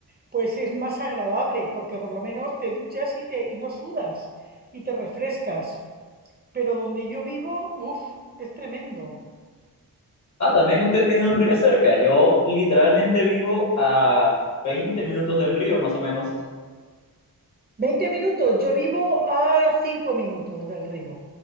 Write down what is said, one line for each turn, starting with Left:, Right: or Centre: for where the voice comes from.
Right: pues es más agradable, porque por lo menos te duchas y, te, y no sudas y te refrescas. Pero donde yo vivo, uff, es tremendo.
Left: Ah, también usted tiene un río cerca. Yo literalmente vivo a 20 minutos del río, más o menos.
Right: veinte minutos, yo vivo a 5 minutos del río.